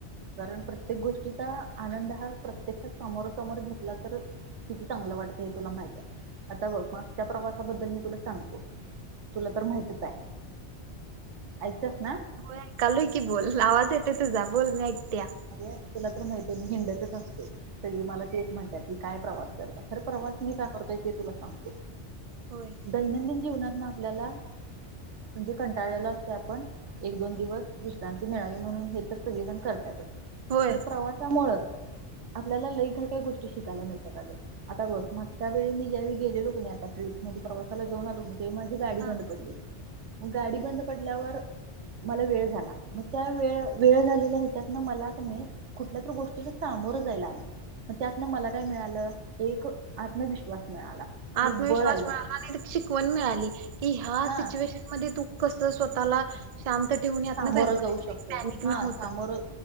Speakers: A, on the right; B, on the right.
A: कारण प्रत्येक गोष्टीचा आनंद हा प्रत्यक्षात समोरा समोरा घेतला तर किती चांगलं वाटतंय तुला माहित्याय. आता बघ मागच्या प्रवासाबद्दल मी तुला सांगतो. तुला तर माहितच हाय ऐकत्यास
B: होय एकालोय की बोल आवाज येतोय तूझा बोल मी ऐकत्या
A: अरे तुला तर माहिती हिंडतच असतयं सगळी मला तेच म्हणत्यात ही काय प्रवास करत्या खर प्रवास मी का करतोय? ते तुला सांगतो.
B: होय
A: दैनंदिन जीवनात आपल्याला म्हणजे कंटाळलेलो असतोय आपण एक दोन दिवस विश्रांती मिळावी म्हणून हे तर सगळीजण करत खरं
B: होय
A: प्रवासामुळ आपल्याला लई काय काय गोष्टी शिकायला मिळतात. आगं आता बघ मागच्या वेळी मी ज्यावेळी गेलेलो कनी आता ट्रीप म्हणजे प्रवासाला जाऊन आलो मी <unintelligible> माझी गाडी
B: हा
A: बंद पडली मग गाडी बंद पडल्यावर मला वेळ झाला. मग त्या वेळ वेळ झालेल्या हेच्यातन मला कणी कुठल्यातरी गोष्टीला सामोरं जायला आलं. मग त्यातनं मला काय मिळालं? मी खु आत्मविश्वास मिळाला
B: आत्मविश्वास
A: एक बळ आलं
B: मिळाला आणि शिकवण मिळाली कि ह्या
A: हा
B: सिच्युएशन मध्ये तू कस स्वतःला शांत ठेवून यातन
A: सामोरं
B: बाहेर पडायचं
A: जाऊ शकतो
B: पॅनिक
A: हा
B: न होता.
A: सामोरं